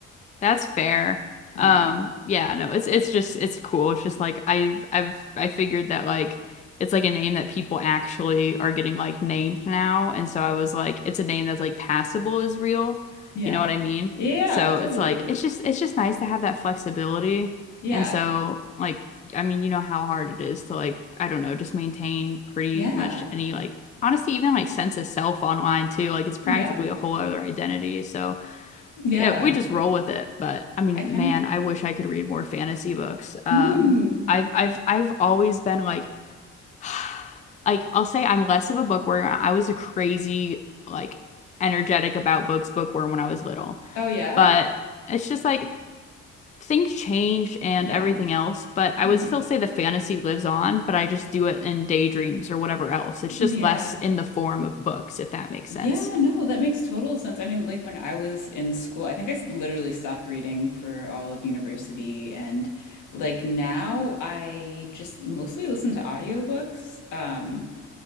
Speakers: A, on the left; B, on the left.
A: That's fair.
B: Yeah.
A: Um, yeah, no, it's it's just it's cool. It's just like I I've I figured that like it's like a name that people actually are getting like named now, and so I was like, it's a name that's like passable is real.
B: Yeah.
A: You know what I mean?
B: Yeah,
A: So
B: totally.
A: it's like it's just it's just nice to have that flexibility.
B: Yeah.
A: And so like I mean, you know how hard it is to like I don't know, just maintain pretty
B: Yeah.
A: much any like honestly even like sense of self online too. Like it's practically
B: Yeah.
A: a whole other identity. So
B: Yeah.
A: yeah, we just roll with it. But I mean,
B: I kind
A: man,
B: of
A: I wish I could read more fantasy books. Um,
B: mm.
A: I've I've I've always been like, <sighs> like I'll say I'm less of a bookworm. I was a crazy like energetic about books bookworm when I was little.
B: Oh yeah?
A: But it's just like things change and
B: Yeah.
A: everything else. But I
B: Mm.
A: would still say the fantasy lives on. But I just do it in daydreams or whatever else. It's
B: Yeah.
A: just less in the form of books, if that makes
B: Yeah,
A: sense.
B: no, that makes total sense. I mean, like when I was in school, I think I s- literally stopped reading for all of university and like now I just mostly listen to audiobooks. Um